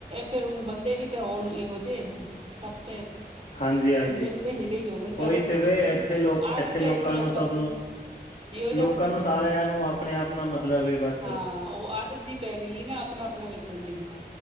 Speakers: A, on the right; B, on the left.
A: ਫਿਰ ਹੁ ਬੰਦੇ ਵੀ ਤਾਂ ਹੋਣ ਇਹੋ ਜਿਹੇ ਜੇ ਹੁਣ ਸਭ ਤੇ
B: ਹਾਂਜੀ ਹਾਂਜੀ
A: ਬੰਦੇ ਵੀ ਹੀਲੇ ਹੋਗਣ ਸਾਰੇ
B: ਉਹੀ ਤੇ ਵੇ ਇੱਥੇ ਲੋਕ
A: ਆਦਤ
B: ਇੱਥੇ
A: ਪੈ ਗਈ ਲੋਕਾਂ
B: ਸਭ
A: ਨੂੰ ਜੀਓ ਜਾ
B: ਲੋਕਾਂ ਨੂੰ ਸਾਰਿਆਂ ਨੂੰ ਆਪਣੇ ਆਪ ਨਾਲ ਮਤਲਬ ਹੈ ਬਸ
A: ਹਾਂ ਉਹ ਆਦਤ ਜੀ ਪੈ ਗਈ ਸੀ ਨਾ, ਆਪਣਾ ਆਪਣਾ ਵੇਖਣ ਦੀ।